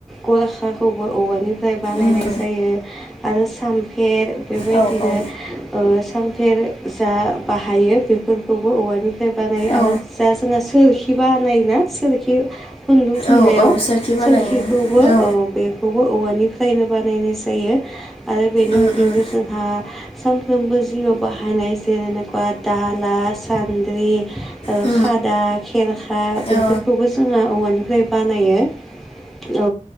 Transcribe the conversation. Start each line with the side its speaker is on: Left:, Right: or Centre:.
Centre: गरखाखौबो औवानिफ्राय बानायनाय
Left: उम
Centre: जायो आरो सामफेर बेबायदिनो
Left: औ औ
Centre: ओ सामफेर जा बाहायो बेफोरखौबो औवानिफ्राय बानायो
Left: औ
Centre: आरो जा जोंहा सोर सोरखि बानायनायोना सोरखि खुन्दुं थुननायाव
Left: औ औ सोरखि बानायो
Centre: सोरखिखौबो
Left: औ
Centre: बे बेखौबो औवानिफ्रायनो बानायनाय जायो आरो बेनि
Left: उम
Centre: अनगायैबो
Left: उम
Centre: जोंहा सानफ्रोमबो जिउआव बाहायनाय जेन'बा दाला सान्द्रि ओ
Left: उम
Centre: खादा खेरखा बेफोरखौबो
Left: औ
Centre: जोङो औवानिफ्राय बानायो औ